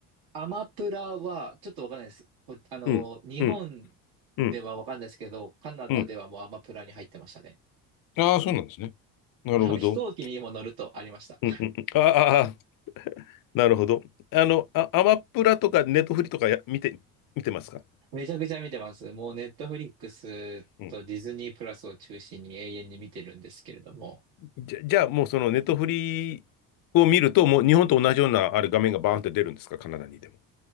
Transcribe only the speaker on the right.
アマプラは、ちょっとわかんないです。こあの、
日本
ではわかんないですけど、カナダではもうアマプラに入ってましたね。
あの、飛行機にも乗るとありました。
<laughs> めちゃくちゃ見てます。もうネットフリックスとディズニープラスを中心に永遠に見てるんですけれども、